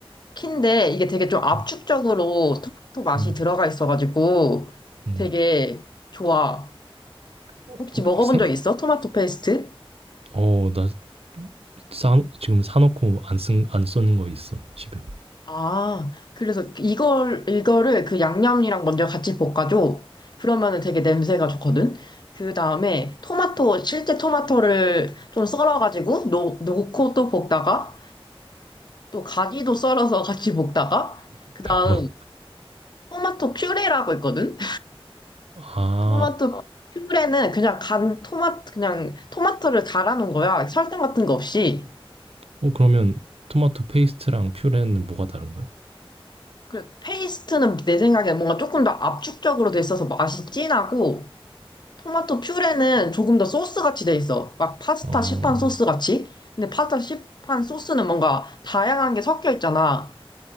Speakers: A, on the left; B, on the right.
A: 인데 이게 되게 좀 압축적으로
B: 음,
A: 토마토 맛이
B: 음.
A: 들어가 있어가지고
B: 음.
A: 되게 좋아.
B: 어,
A: 혹시
B: 어,
A: 먹어본
B: 그 생,
A: 적 있어? 토마토 페이스트?
B: 어, 나 싸, 지금 사놓고 안 쓴, 안 쓰는 거 있어. 집에.
A: 아, 그래서 이걸, 이거를 그 양념이랑 먼저 같이 볶아줘. 그러면은 되게 냄새가 좋거든? 그 다음에 토마토, 실제 토마토를 좀 썰어가지고 놓, 놓고 또 볶다가 또 가지도 썰어서 같이 볶다가 그 다음
B: 어.
A: 토마토 퓨레라고 있거든?
B: 아,
A: 토마토 퓨브레는 그냥 간 토마토 그냥 토마토를 갈아 놓은 거야. 설탕 같은 거 없이.
B: 어, 그러면 토마토 페이스트랑 퓨레는 뭐가 다른 거야?
A: 그 페이스트는 내 생각에 뭔가 조금 더 압축적으로 돼 있어서 맛이 진하고 토마토 퓨레는 조금 더 소스 같이 돼 있어. 막 파스타
B: 어,
A: 시판 소스 같이. 근데 파스타 시판 소스는 뭔가 다양한 게 섞여 있잖아.